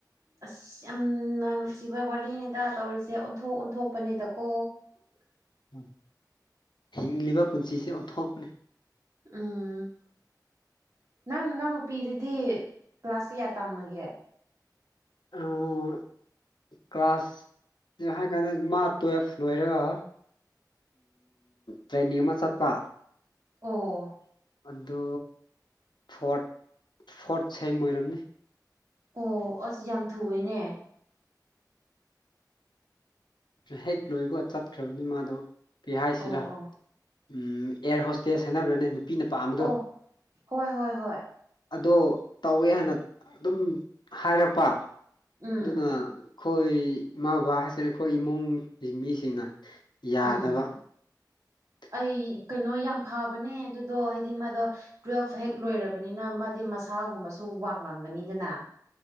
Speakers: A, on the right; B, on the left.
A: ꯑꯁ ꯑ ꯌꯥꯝꯅ ꯅꯨꯡꯁꯤꯕ ꯋꯥꯔꯤꯅꯤꯗ ꯇꯧꯔꯤꯁꯦ ꯑꯣꯟꯊꯣꯛ ꯑꯣꯟꯊꯣꯛꯄꯅꯤꯗꯀꯣ
B: ꯎꯝ ꯍꯤꯡꯂꯤꯕ ꯄꯨꯟꯁꯤꯁꯦ ꯑꯣꯟꯊꯣꯛꯄꯅꯤ
A: ꯎꯝ ꯅꯪ ꯅꯅꯥꯎ ꯅꯨꯄꯤꯗꯨꯗꯤ ꯀ꯭ꯂꯥꯁ ꯀꯌꯥ ꯇꯝꯃꯒꯦ
B: ꯑ ꯀ꯭ꯂꯥꯁ ꯍꯥꯏ ꯀꯥꯟꯗ ꯃꯥ ꯇꯨꯌꯦꯜꯐ ꯂꯣꯏꯔꯒ ꯇ꯭ꯔꯦꯟꯅꯤꯡ ꯑꯃ ꯆꯠꯄ
A: ꯑꯣ
B: ꯑꯗꯨ ꯐꯣꯠ ꯐꯣꯠ ꯁꯦꯝ ꯑꯣꯏꯔꯝꯅꯤ
A: ꯑꯣ ꯑꯁ ꯌꯥꯝ ꯊꯨꯑꯦꯅꯦ
B: ꯍꯦꯛ ꯂꯣꯏꯕꯒ ꯆꯠꯈ꯭ꯔꯕꯅꯤ ꯃꯥꯗꯣ ꯄꯤ ꯍꯥꯏꯁꯤꯔꯥ
A: ꯑꯣ ꯑꯣ
B: ꯎꯝ ꯑꯦꯌꯥꯔ ꯍꯣꯁꯇꯦꯁ ꯍꯥꯏꯅꯕ꯭ꯔꯅꯦ ꯅꯨꯄꯤꯅ ꯄꯥꯝꯕꯗꯣ
A: ꯑꯣ ꯍꯣꯏ ꯍꯣꯏ ꯍꯣꯏ
B: ꯑꯗꯣ ꯇꯧꯋꯦ ꯍꯥꯏꯅ ꯑꯗꯨꯝ ꯍꯥꯏꯔꯛꯄ
A: ꯎꯝ
B: ꯑꯗꯨꯅ ꯑꯩꯈꯣꯏ ꯏꯃꯥ ꯕꯕꯥ ꯍꯥꯏꯁꯤꯔꯦ ꯑꯩꯈꯣꯏ ꯏꯃꯨꯡꯒꯤ ꯃꯤꯁꯤꯡꯅ ꯌꯥꯗꯕ
A: ꯎꯝ ꯎꯝ
B: <inaudible>
A: ꯑꯩ ꯀꯩꯅꯣ ꯌꯥꯝ ꯐꯕꯅꯦ ꯑꯗꯨꯗꯣ ꯍꯥꯏꯗꯤ ꯃꯥꯗꯣ ꯇꯨꯋꯦꯜꯐ ꯍꯦꯛ ꯂꯣꯏꯔꯕꯅꯤꯅ ꯃꯥꯗꯤ ꯃꯁꯥꯒꯨꯝꯕꯁꯨ ꯋꯥꯡꯂꯝꯒꯅꯤꯗꯅ